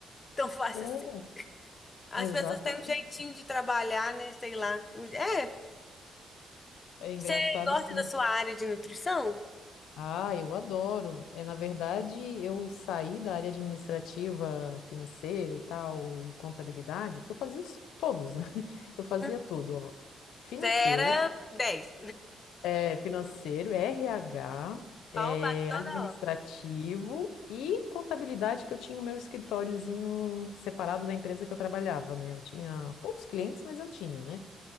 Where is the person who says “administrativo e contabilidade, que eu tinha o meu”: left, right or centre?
Left